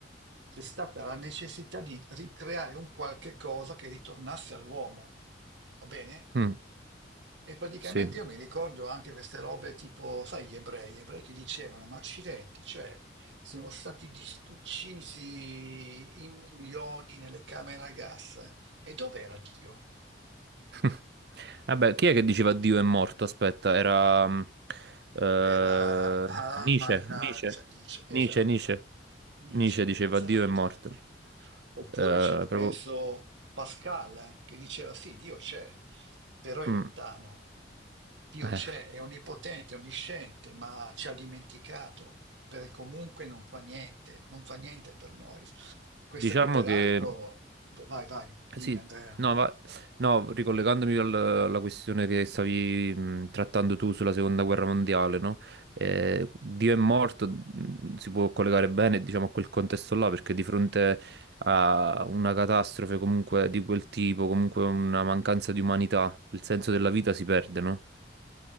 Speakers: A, on the right (about 80°); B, on the right (about 60°).
A: c'è stata la necessità di ricreare un qualche cosa che ritornasse all'uomo, va bene?
B: Mm,
A: E praticamente
B: sì.
A: io mi ricordo anche queste robe tipo, sai, gli ebrei, gli ebrei che dicevano, ma accidenti, cioè, siamo stati dis- uccisi in milioni nelle camere a gas, eh? e dov'era Dio?
B: <laughs> Vabbè, chi è che diceva Dio è morto? Aspetta, era mm, eh,
A: Era, ah,
B: Nietzsche,
A: mannaggia,
B: Nietzsche,
A: Nietzsche, esatto,
B: Nietzsche, Nietzsche.
A: Nietzsche,
B: Nietzsche diceva
A: esatto.
B: Dio è morto.
A: Oppure
B: Eh,
A: c'era, penso,
B: proprio...
A: Pascal, eh, che diceva sì, Dio c'è, però è
B: mm,
A: lontano. Dio
B: eh.
A: c'è, è onnipotente, onnisciente, ma ci ha dimenticato, perché comunque non fa niente, non fa niente per noi. Questa
B: Diciamo
A: qui, peraltro,
B: che
A: vai, vai, dimmi
B: sì,
A: Andrea.
B: no, va- no, ricollegandomi al- alla questione che stavi mh, trattando tu sulla seconda guerra mondiale, no? Eh, Dio è morto, mh, si può collegare bene, diciamo, a quel contesto là, perché di fronte a una catastrofe comunque di quel tipo, comunque una mancanza di umanità, il senso della vita si perde, no?